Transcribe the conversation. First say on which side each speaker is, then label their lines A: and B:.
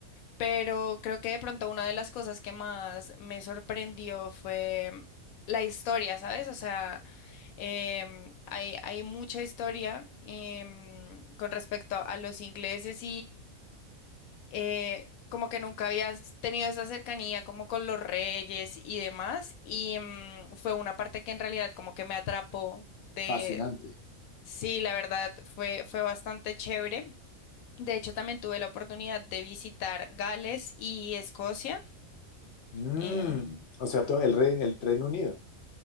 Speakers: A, on the left; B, on the left.
A: pero creo que de pronto una de las cosas que más me sorprendió fue mm, la historia, ¿sabes? O sea, em, hay, hay mucha historia em, con respecto a los ingleses eh, como que nunca habías tenido esa cercanía como con los reyes y demás, y mm, fue una parte que en realidad como que me atrapó de,
B: Fascinante.
A: sí, la verdad fue, fue bastante chévere. De hecho, también tuve la oportunidad de visitar Gales y Escocia.
B: Mm,
A: eh,
B: o sea, todo el rey, el Reino Unido.